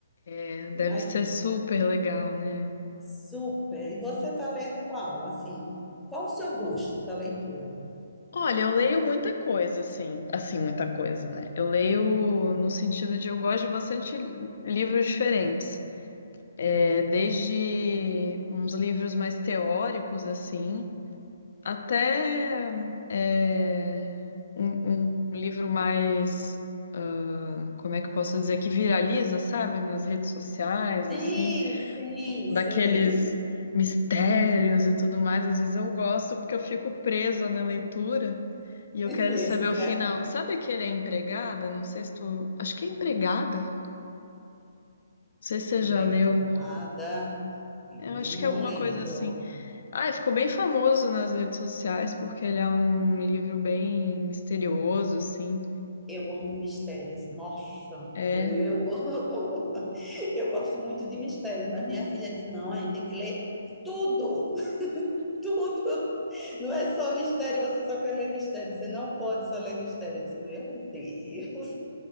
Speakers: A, on the left; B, in the centre.
A: É, deve
B: Mas
A: ser super legal, né?
B: super. E você está lendo qual? Assim, qual o seu gosto para leitura?
A: Olha, eu leio muita coisa, assim, assim, muita coisa, né? Eu leio no sentido de eu gosto de bastante livros diferentes. É, desde uns livros mais teóricos, assim, até é, um, um livro mais, ah, como é que eu posso dizer, que viraliza, sabe, nas redes sociais,
B: Sim,
A: assim,
B: sim,
A: daqueles
B: sei.
A: mistérios e tudo mais. Às vezes eu gosto porque eu fico presa na leitura e eu
B: <laughs>
A: quero
B: Mesmo,
A: saber o
B: né?
A: final. Sabe aquele É Empregada? Não sei se tu... Acho que é Empregada. Não sei se
B: A
A: você
B: empregada,
A: já leu.
B: eu
A: Eu acho
B: não
A: que é alguma
B: lembro.
A: coisa assim. Ah, e ficou bem famoso nas redes sociais porque ele é um livro bem misterioso, assim.
B: Eu amo mistérios. Nossa,
A: É.
B: eu <laughs> amo. <laughs> Eu gosto muito de mistérios, mas minha filha disse: não, a gente tem que ler tudo, <laughs> tudo. Não é só mistério, você só quer ler mistério, você não pode só ler mistério. Eu disse: meu Deus.